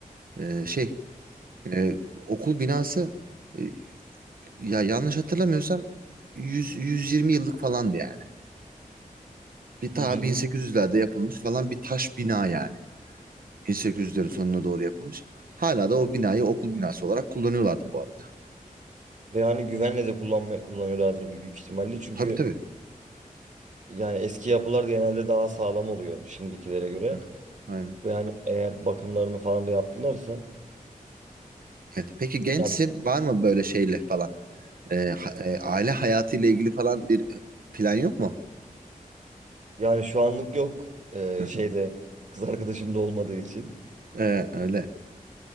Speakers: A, on the right; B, on the right.
A: Ee, şey e, okul binası e, Ya yanlış hatırlamıyorsam 100, 120 yıllık falandı yani. Bir
B: 120
A: ta 1800'lerde yapılmış falan bir taş bina yani. 1800'lerin sonuna doğru yapılmış. Hala da o binayı okul binası olarak kullanıyorlardı bu arada.
B: Ve hani güvenle de kullanma, kullanıyorlardır büyük ihtimalle. Çünkü
A: Tabii tabii.
B: yani eski yapılar genelde daha sağlam oluyor şimdikilere göre.
A: Evet, Aynen.
B: Ve hani eğer bakımlarını falan da yaptılarsa
A: Evet. Peki gençsin
B: yani,
A: var mı böyle şeyle falan? Ee, ha- e, aile hayatıyla ilgili falan bir plan yok mu?
B: yani şu anlık yok. Ee,
A: <laughs> Hı hı.
B: şeyde kız arkadaşım da olmadığı için.
A: Ee, öyle.